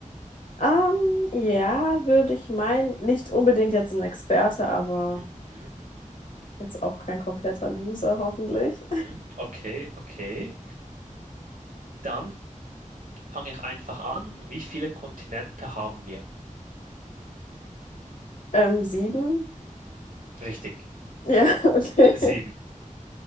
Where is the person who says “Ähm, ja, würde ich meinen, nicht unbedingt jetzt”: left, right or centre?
Left